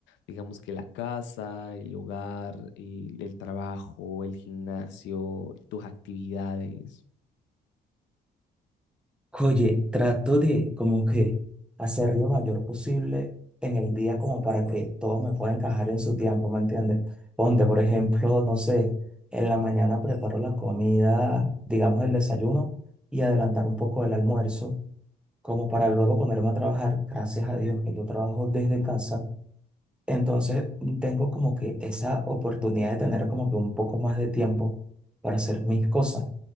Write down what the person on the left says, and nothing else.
digamos que la casa, el hogar, el, el trabajo, el gimnasio, tus actividades.